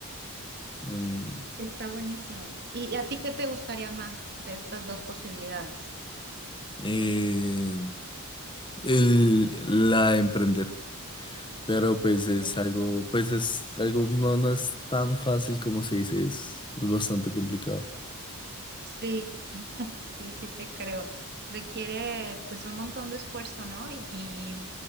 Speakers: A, on the left; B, on the right.
A: em,
B: Está buenísimo. ¿Y, y a ti qué te gustaría más de estas dos posibilidades?
A: eh, el, la de emprender. Pero pues es
B: Sí,
A: algo, pues es algo, no, no es tan fácil como se dice, es, es bastante complicado.
B: sí, <laughs> sí, sí te creo. Requiere pues un montón de esfuerzo, ¿no? Y,